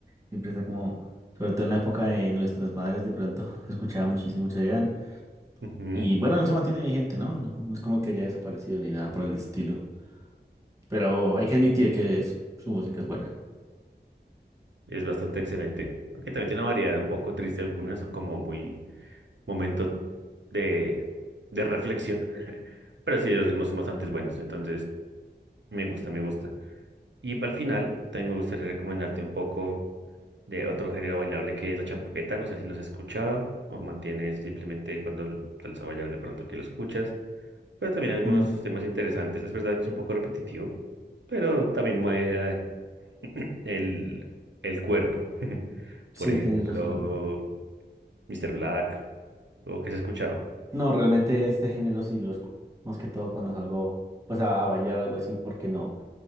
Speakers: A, on the right; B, on the right.
A: Siempre está como, sobre todo en la época de nuestras madres, de pronto <laughs> escuchaba muchísimo Chayanne.
B: Ujú,
A: Y bueno, no se mantiene vigente, ¿no? No, co- no es como que haya desaparecido ni nada por el estilo. Pero hay que admitir que su, su música es buena.
B: Es bastante excelente. Aunque también tiene una variedad un poco triste algunas, o como muy momento de, de reflexión. <laughs> Pero sí, los ritmos son bastante buenos. Entonces. Me gusta, me gusta. Y para el final, también me gustaría recomendarte un poco de otro género bailable que es la champeta. No sé si los has escuchado o mantienes simplemente cuando l- sales a bailar de pronto que lo escuchas. Pero también algunos
A: Mm,
B: temas interesantes. Es verdad que es un poco repetitivo, pero también mueve el, el cuerpo. <laughs>
A: sí,
B: Por ejemplo,
A: tienes razón.
B: Mr. Black, o que has escuchado.
A: No, realmente este género sí lo escu- más que todo cuando salgo pues a, a bailar algo así, porque no,